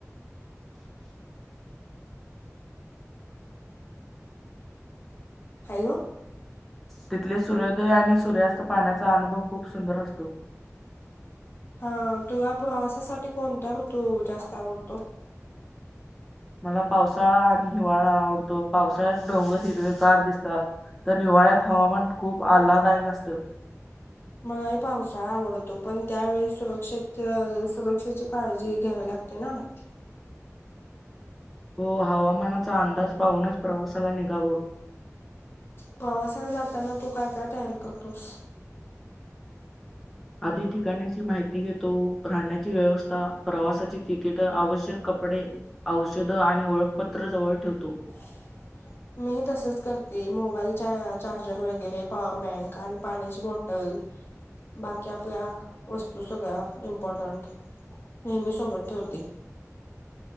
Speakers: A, on the left (about 45°); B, in the centre.
A: हॅलो!
B: तिथले सूर्योदय आणि सूर्यास्त पाहण्याचा अनुभव खूप सुंदर असतो
A: हा तुला प्रवासासाठी कोणत्या ऋतू जास्त आवडतो?
B: मला पावसाळा आणि हिवाळा आवडतो, पावसाळ्यात डोंगर हिरवे गार दिसतात. तर हिवाळ्यात हवामान खूप आल्लादायक असतं.
A: मलाही पावसाळा आवडतो, पण त्यावेळीस सुरक्ष सुरक्षेची काळजी घ्यावी लागते. त्यांना म
B: हो हवामानाचा अंदाज पाहूनच प्रवासाला निघावं
A: प्रवासाला जाताना तू काय काय तयारी करतोस?
B: आधी ठिकाणाची माहिती घेतो राहण्याची व्यवस्था प्रवासाची तिकीट आवश्यक कपडे, औषध आणि ओळखपत्र जवळ ठेवतो..
A: हो. मी ही तसेच करते मोबाईल, चार्जर वगैरे पॉवर बँक आणि पाण्याची बॉट ल बाकी आपल्या वस्तू सगळ्या इम्पॉर्टंट नेहमी सोबत ठेवते.